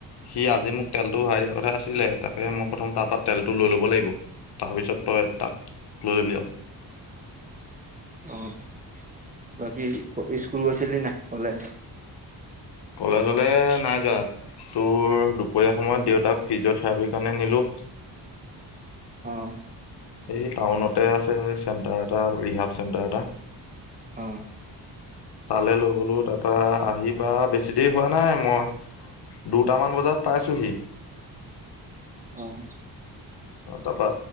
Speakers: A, on the left; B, on the right.
A: সি আজি মোক তেলটো ভৰাই দিয়াৰ কথা আছিলে। তাকেই মই প্ৰথম তাৰ তাত তেলটো লৈ লব লাগিব। তাৰপিছত তই তাক লৈ ল'বি আও।
B: অ'। বাকি ইস্কুল গৈছিলিন নাই কলেজ?
A: কলেজলে নাই যোৱা। তোৰ দুপৰীয়া সময়ত দেউতাক ফিজিঅ' থেৰাপিৰ কাৰণে নিলোঁ।
B: অ
A: এই টাউনতে আছে চেণ্টাৰ এটা- ৰিহাব চেণ্টাৰ এটা।
B: অ'।
A: তালৈ লৈ গলোঁ। তাৰপা আহি পাই বেছি দেৰি হোৱা নাই, মই দুটামান বজাত পাইছোঁহি।
B: অ'।
A: তাৰপা